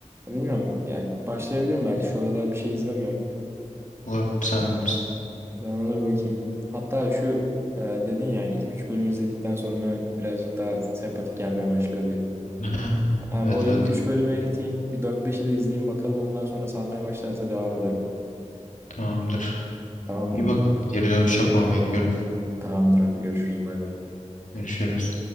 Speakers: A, on the right (about 20°); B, on the left (about 80°).
A: Bilmiyorum yani başlayabilirim belki şu aralar bir şey izlemiyorum.
B: Olabilir sen bilirsin.
A: Ben ona bir bakayım. Hatta şu e, dedin ya ilk 3 bölümü izledikten sonra birazcık daha sempatik gelmeye başlıyor diye.
B: <laughs>
A: Yani
B: Evet
A: bu ilk
B: evet
A: 3 bölümü eriteyim. Bir dört beşi de izleyeyim bakalım ondan sonra sarmaya başlarsa devam ederim.
B: tamamdır.
A: Tamamdır.
B: İyi bakalım. Geri dönüş yapmamı bekliyorum.
A: Tamamdır hadi görüşürüz bay bay.
B: Görüşürüz.